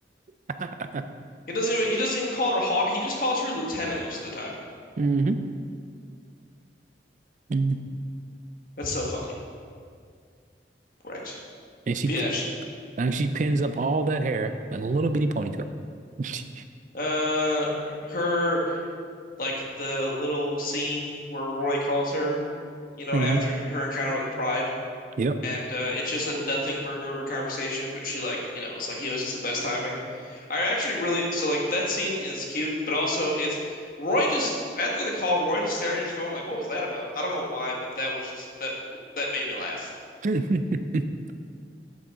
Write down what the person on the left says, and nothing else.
He doesn't even he doesn't even call her Hawk. He just calls her Lieutenant most of the time.
That's so funny. Correct.
But yeah, she,
uh, her like the little scene where Roy calls her, you know,
after her encounter with Pride,
and uh, it's just a nothing burger of a conversation. But she like you know it's like he was just the best timing. I actually really so like that scene is cute, but also it's Roy just after the call, Roy just staring at his phone like what was that about? I don't know why, but that was just that that made me laugh.